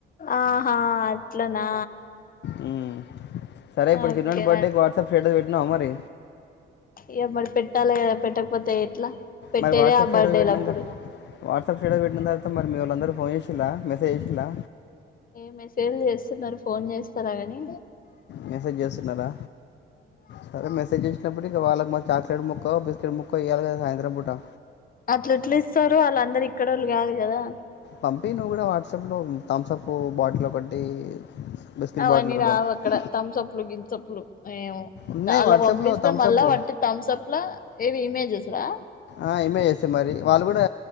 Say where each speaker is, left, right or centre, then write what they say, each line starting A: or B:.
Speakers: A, on the left; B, on the left.
A: ఆహా అట్లనా
B: మ్మ్ సరే ఇబ్బుడు
A: ఓకే
B: చిన్నోని బర్డే వట్సప్ స్టేటస్ బెట్నావా మరి
A: ఇగ మరి పెట్టాలి కదా పెట్టకపోతె ఎట్లా పెట్టేదే
B: మరి వాట్సాప్
A: ఆ
B: స్టేటస్
A: బర్త్డేలు
B: పెట్టినంక
A: అప్పుడు
B: వాట్సాప్ స్టేటస్ పెట్టిన తర్వాత మిళ్ళందరూ ఫోన్ చేసిల మెసజ్ చేసిలా
A: ఏ మెసేజ్లు చేస్తున్నారు ఫోన్ చేస్తారా గాని
B: మెసేజ్ చేస్తున్నారా సరే మెసేజ్ చేసినప్పుడు ఇక వాళ్ళ చాక్లేట్ ముక్కో బిస్కెట్ ముక్కో ఇయల గదా సాయంత్రం పూటా
A: అట్లేలిస్తారు వాళ్ళ అందరు ఇక్కడ వాళ్ళు కాదు కదా
B: పంపి నువ్వు కూడా వాట్సాప్ లో థమ్సప్ బాటిల్ ఒకటి బిస్కెట్
A: అవన్నీ
B: బాటిల్ ఒకటి
A: రావు
B: పంపి
A: అక్కడ తంసప్లు గింసప్లు ఏమో
B: ఉన్నాయి
A: అ
B: వాట్సాప్లో
A: లా పంపిస్తే
B: థమ్సప్
A: మళ్ళా వాట్టి థమ్స్ అప్ లో ఏవి ఇమేజెస్ రా
B: ఆ ఇమేజెసే మరి వాళ్ళు కూడా